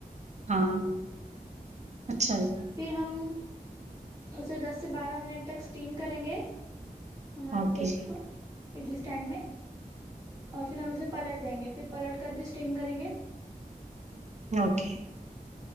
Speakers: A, on the right; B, on the right.
A: ہاں اچھا جی
B: پھر ہم اسے دس سے بارہ منٹ تک اسٹیم کریں گے ہمارے
A: اوکے
B: پیسٹ
A: جی
B: کو اڈلی اسٹینڈ میں اور پھر ہم اسے پلٹ دیں گے پھر پلٹ کر بھی اسٹیم کریں گے
A: اوکے